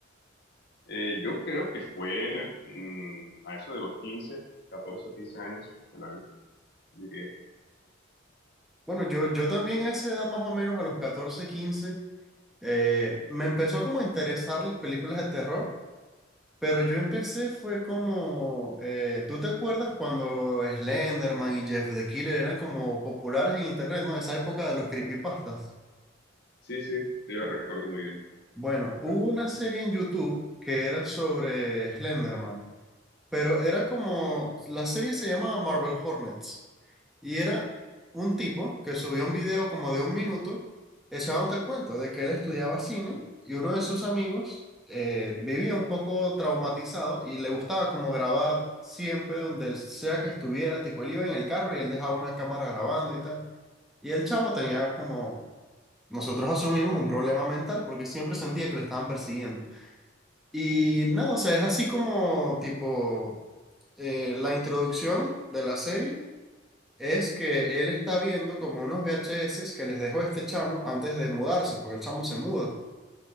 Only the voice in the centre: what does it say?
Bueno, yo, yo también a esa edad más o menos, a los 14 15 eh, me empezó como a interesar las películas de terror. Pero yo empecé fue como, eh, ¿tú te acuerdas cuando Slenderman y Jeff the Killer eran como populares en internet, ¿no? Esa época de los creepypastas.
Bueno, hubo
una serie en YouTube que era sobre Slenderman. pero era como, la serie se llamaba Marvel Hornets y era un tipo que subió un video como de un minuto echándote el cuento de que él estudiaba cine y uno de sus amigos eh, vivía un poco traumatizado y le gustaba como grabar siempre donde él sea que estuviera, tipo él iba en el carro y él dejaba una cámara grabando y tal. Y el chamo tenía como, nosotros asumimos un problema mental porque siempre sentía que le estaban persiguiendo. Y nada, o sea, es así como tipo eh, la introducción de la serie es que él está viendo como unos VHS que les dejó este chamo antes de mudarse, porque el chamo se muda.